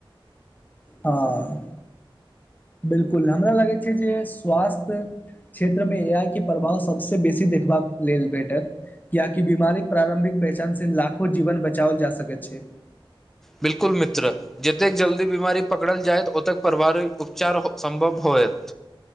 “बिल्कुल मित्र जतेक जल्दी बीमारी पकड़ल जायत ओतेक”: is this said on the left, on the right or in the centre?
Centre